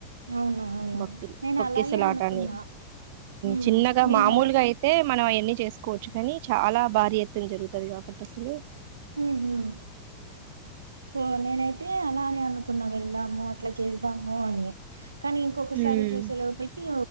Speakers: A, on the right; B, on the right.
A: అవును అవును
B: భక్తులు
A: నేను
B: తొకిసలాటాన్ని
A: అలాగే అనుకున్నా హ్మ్
B: చిన్నగా
A: నేను
B: మామూలుగా
A: అలా
B: అయితే మనం అన్ని చేసుకోవచ్చు కానీ చాలా బారి ఎత్తునా జరుగు తది కాబట్టి అసలు
A: హ్మ్ హ్మ్ సో నేనైతే అలాని అనుకున్నా వెళ్దాము అట్లా చేదాము అని కానీ ఇంకొకసారి
B: ఉమ్
A: చూసే లోపలికి